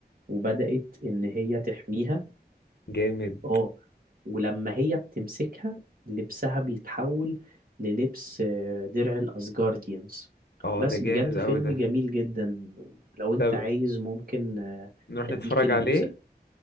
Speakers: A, on the right; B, on the left.
A: وبدأت إن هي تحميها
B: جامد
A: اه ولما هي بتمسكها لبسها بيتحول للبس آه، درع الأسجارديانز
B: اه
A: بس
B: ده
A: بجد
B: جامد
A: فيلم
B: قوي ده
A: جميل جدا لو انت
B: طب
A: عايز ممكن آه،
B: نروح
A: اديك
B: نتفرج
A: الموسيقى
B: عليه